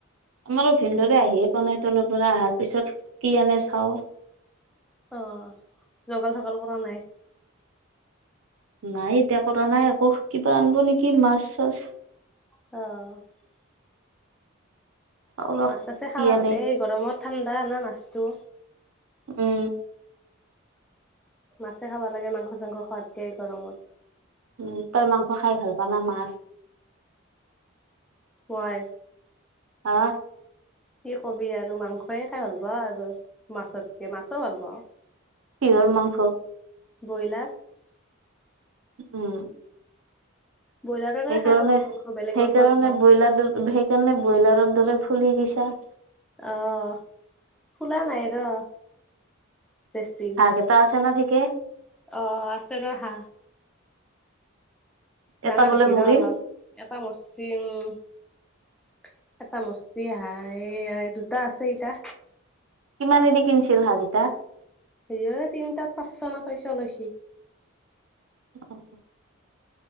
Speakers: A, on the right; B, in the centre.
A: আমাৰো ভিনদৰে আহিয়ে পোৱা নাই তলৰ পৰা আহাৰ পিছত কি আনে চাও।
B: অহ ', জগাল চগাল কৰা নাই।
A: নাই এতিয়া কৰা নাই আকৌ কিবা আনিব নেকি মাছ চাছ।
B: অহ ',
A: চাও ৰ
B: মাছ ছাছে
A: কি
B: খাবা
A: আনে
B: ভালে এই গৰমত ঠাণ্ডা অনা মাছটো
A: উম
B: মাছে খাব লাগে মাংস চাংস খোৱাতকে গৰমত।
A: উম তই মাংস খাই ভাল পাৱা নে মাছ?
B: হয়
A: হা।
B: কি কবি আৰু মাংসই খাই ভাল পাওঁ আৰু মাছতকে মাছো ভাল পাওঁ।
A: কিহৰ মাংস।
B: ব্ৰইলাৰ।
A: উম।
B: ব্ৰইলাৰটোকে
A: সেইকাৰণে
B: খাওঁ ৰ মাংস বেলেগ
A: সেইকাৰণে
B: মাংস নাখাওঁ
A: ব্ৰইলাৰ দৰে সেইকাৰণে ব্ৰইলাৰৰ দৰে ফুলি গৈছে। চাৰ।
B: অহ ফোলা নাই ৰ। বেছি
A: হয়ে ত আছে ন। তাকে।
B: অ আছে ৰ হা। ডাঙা
A: এটা বোলে
B: দেখিৰা
A: মৰিল
B: অলপ এটা মচিমম। <unintelligible> এটা মস্তি অহা। এয়া এটো। ত আছে এইটা।
A: কিমানে দিক কিনচিল হাহঁকেইটা।
B: স তিনিটাত পাঁচচ ন ছয়চ লৈছিল।
A: <unintelligible>